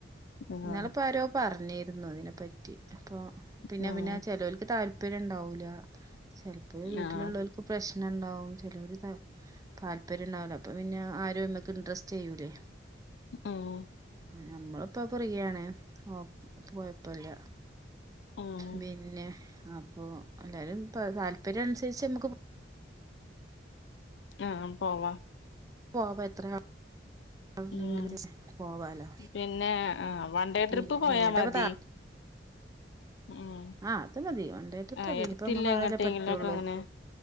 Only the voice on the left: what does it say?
ആഹ്
ഉം
ആഹ്
ആഹ്
ഉം
ആ പോവാ
ഉം
പിന്നെ ആഹ് വൺ ഡേ
ട്രിപ്പ് പോയാ
മതി
ഉം
ആഹ്
എടുത്തില്ല
എങ്ങട്ടെങ്കിലൊക്കെ
അങ്ങനെ